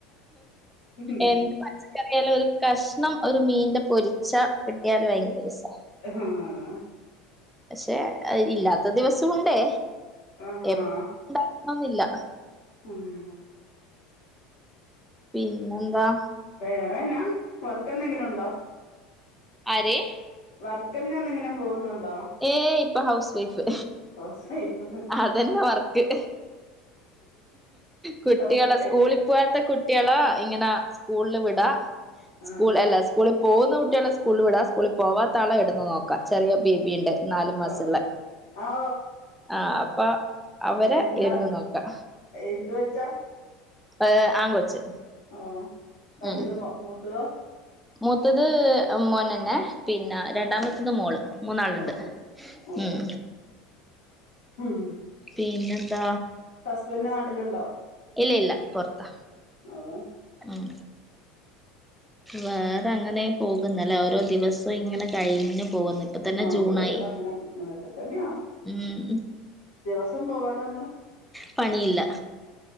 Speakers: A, on the left (about 75°); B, in the centre.
A: ഉം
B: എൻക് പച്ചക്കറി ക്കറിയാലോ ഒരു കഷ്ണം ഒരു മീന്റെ പൊരിച്ച കിട്ടിയാല് ഭയങ്കര രസാ
A: എഹും ആഹ്
B: പക്ഷെ ഇല്ലാത്ത ദിവസൊം ഉണ്ടേ
A: ആഹ്
B: എപൊ ഉണ്ടാകണെന്നില്ല
A: <inaudible>
B: പിന്നെന്താ?
A: വേറെനാ വർക്കെന്തെങ്കിലുണ്ടോ?
B: ആര്?
A: വർക്ക്ന്നെന്നങ്ങിനും പോകുന്നുണ്ടോ?
B: ഏയ് പ്പൊ ഹൗസ് വൈഫ്
A: ഹൗസ് വൈഫ്
B: അതന്നെ വർക്ക്. കുട്ടികളെ
A: ഹസ്ബൻഡ്
B: സ്കൂളി പോവാത്ത കുട്ട്യള ഇങ്ങന സ്കൂൾല് വിടാ
A: ആഹ്
B: സ്കൂൾ അല്ല സ്കൂളി പോകുന്ന കുട്ട്യൾ സ് സ്കൂളിൽ വിടാ സ്കൂളിൽ പോവാത്താളാ ഇട്ന്ന് നോക്കാം ചെറിയ ബേബിണ്ട് നാല് മാസള്ള
A: ഓ ഓ
B: ആഹ് അപ്പൊ അവരെ
A: എന്താ
B: ഇടുന്ന് നോക്കാ
A: എന്ത് വെച്ചാ
B: ഏഹ് ആങ്കൊച്ച്
A: ഓഹ് വലുത്
B: ഉം
A: മൊ മൂത്തതോ?
B: മൂത്തത് എ മോനെന്നെ പിന്ന
A: ഓ
B: രണ്ടാമത്തത് മോള് മൂന്നാള്ണ്ട്.
A: ഓ ഓ
B: ഉം
A: ഉം
B: പിന്നെന്താ?
A: പ്പസ്ബന്റ് നാട്ടില്ണ്ടോ?
B: ഇല്ല ഇല്ല പൊറത്ത
A: അ അ
B: ഉം വേറങ്ങനെ പോകുന്നല്ലേ ഓരോ ദിവസ് പ്പൊ ഇങ്ങനെ
A: ഓ
B: കഴിഞ്ഞു പോകുന്നു ഇപ്പൊ തന്നെ
A: ആ
B: ജൂണായി.
A: ഓരോ അങ്ങനെ അങ്ങനൊക്കെ തന്നെയാ
B: ഉം
A: ദിവസം പോവാനൊന്ന്
B: പണിയില്ല